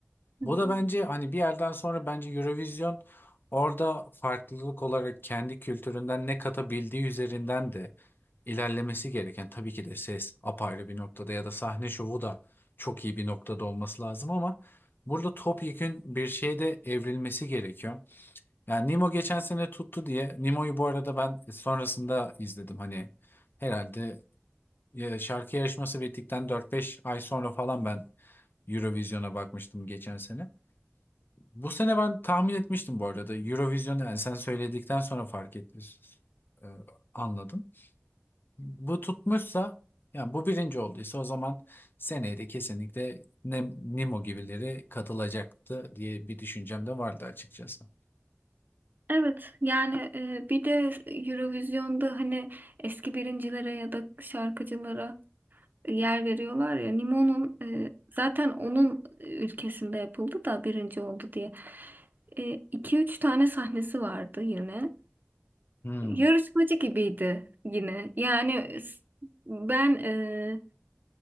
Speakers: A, on the right (about 50°); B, on the left (about 55°).
A: Hı
B: Bu
A: hı.
B: da bence hani bir yerden sonra bence Eurovision orada farklılık olarak kendi kültüründen ne katabildiği üzerinden de ilerlemesi gereken tabii ki de ses apayrı bir noktada ya da sahne şovu da çok iyi bir noktada olması lazım ama burada topyekün bir şeye de evrilmesi gerekiyor. Yani Nemo geçen sene tuttu diye Nemo'yu bu arada ben sonrasında izledim hani herhalde ya şarkı yarışması bittikten 4-5 ay sonra falan ben Eurovision'a bakmıştım geçen sene. Bu sene ben tahmin etmiştim bu arada. Eurovision'u yani sen söyledikten sonra fark ettim. e, anladım. Bu tutmuşsa yani bu birinci olduysa o zaman seneye de kesinlikle Nem- Nemo gibileri katılacaktı diye bir düşüncem de vardı açıkçası.
A: Evet yani e, bir de Eurovision'da hani eski birincilere ya da şarkıcılara yer veriyorlar ya Nimo'nun e, zaten onun ülkesinde yapıldı da birinci oldu diye. E, iki üç tane sahnesi vardı yine.
B: Hmm.
A: Yarışmacı gibiydi yine. Yani s- ben e,